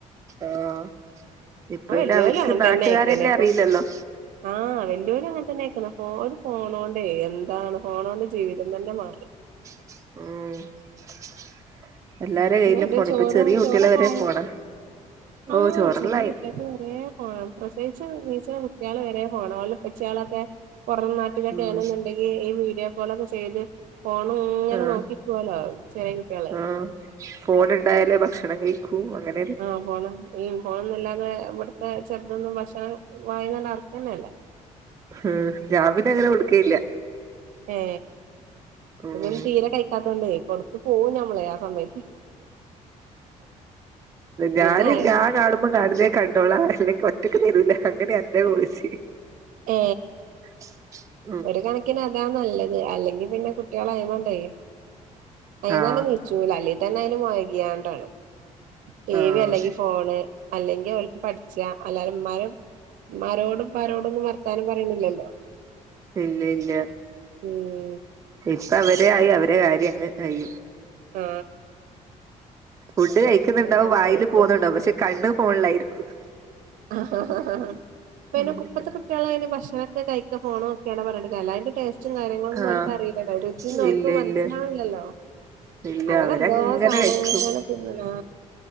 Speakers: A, on the right; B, on the right.
A: ആഹ് ഇപ്പയ്ന്
B: ഇപ്പ വല്യോലും
A: അവര്ക്ക്
B: അങ്ങനെ
A: നാട്ട്കാരെന്നെ
B: തന്നെ ആയിക്കണ് ഇപ്പ
A: അറിയില്ലല്ലൊ
B: ആഹ് വെല്ല്യോലും അങ്ങെൻതെന്നേയ്ക്ക്ണ്പ്പോ ഒര് ഫോണോണ്ടേ എന്താണ് ഫോണോണ്ട് ജീവിതം തന്നെ മാറി.
A: <inaudible> കയ്യിലും
B: വടെ
A: ഫോൺ
B: ചോറും
A: ഇപ്പൊ ചെറിയ കുട്ടികളെ
B: ചോറൊക്കായിനു
A: വരെ ഫോണാ
B: ആഹ്
A: ഓഹ് ചോറെല്ലായി
B: ചെറിയ കട്ടിയക്ക് വരെ ഫോണ പ്രസവിച്ച് നീച്ച കുട്ടിയാള് വരെ ഫോണ ഓലെ ഇപ്പച്ചയാളൊക്കെ പൊറം നാട്ടിലൊക്കെ
A: ഉം
B: ണെന്ന് ഇണ്ടെങ്കില് ഈ വീഡിയോ കോളൊക്കെ ചെയ്ത് ഫോൺ ഇങ്ങനെ
A: ആഹ്
B: നോക്കിക്കാലോ ചെറിയ കുട്ടിയാള്
A: ആഹ് ഫോൺ ഉണ്ടായലെ ഭക്ഷണം കഴിക്കൂ അങ്ങനെ
B: ആഹ് ഫോൺ ഉം ഫോണന്നല്ലാതെ ഇവിടത്തെ ചെറുതൊന്നും ഭക്ഷണം വായന്നന്നെ ആർക്കന്നെല്ല.
A: ഉ ഞാൻ പിന്നെയെങ്ങനെ കൊടുക്കയില്ല
B: ഏ
A: ഉം
B: ഇവൻ തീരെ കഴിക്കാത്തൊണ്ടേ കൊടുത്തുപോവും നമ്മളെ ആ സമയ
A: ഞാന്
B: പിന്നെ
A: ഞാൻ കാണും കാടിലേ കണ്ടോളാ അല്ലെങ്കിൽ ഒറ്റക്ക് തരൂല അങ്ങനെ എന്റെപോളിസി.
B: ഏ
A: <inaudible>
B: ഒരു കണക്കിന് അതാ നല്ലത് അല്ലെങ്കിൽ പിന്നെ കുട്ടികൾ അയ്മണ്ടേയ് അയ്
A: ആഹ്
B: മണ്ട് നീ ചൂല അല്ല തന്നെ അതില് മൊഴക് യാണ്ടാണ് ടി
A: ആഹ്
B: വി അല്ലെങ്കി ഫോണ് അല്ലെങ്കി ഓൽക്ക് പഠ്ച്ചാ അല്ലാരും മ്മാരും മ്മാരോടും പ്പാരോടൊന്നും വർത്താനം പറീണ്ല്ലല്ലോ
A: ഇല്ല ഇല്ല
B: <unintelligible>
A: ഇപ്പ അവരായി അവരെ കാര്യയ് കയ്യും
B: മ്
A: ഫുഡ് കഴിക്കുന്നുണ്ടാവും
B: തന്നെ
A: വായില്
B: നോക്കും
A: പോകുന്നുണ്ടാവും പക്ഷെ കണ്ണ് ഫോണിലായിരിക്കും
B: ഹ ഹ ഹ ഹ പ്പെയ്ന്
A: ഉം
B: പ്പെത്തെ കുട്ട്യേളയ്ന് ഭഷണൊക്കെ കയ്ക്ക ഫോണോക്ക്യാണ്ടാ പർന്ന്ട്ട് കര്യല്ലാ അയ്ന് ടേസറ്റും കാര്ങ്ങളൊന്നും
A: ആഹ്
B: ഓൽക് അറിലല്ലോ രുചി ഒന്നും ഓൽക്ക്
A: ഇല്ല
B: മൻസ്സിലാവ്ണില്ലല്ലോ
A: ഇല്ല ഇല്ല
B: അങ്ങനെ
A: അവരങ്ങനെ
B: എന്തോ സാനങ്ങള്
A: കഴിക്കും
B: പിന്നലാ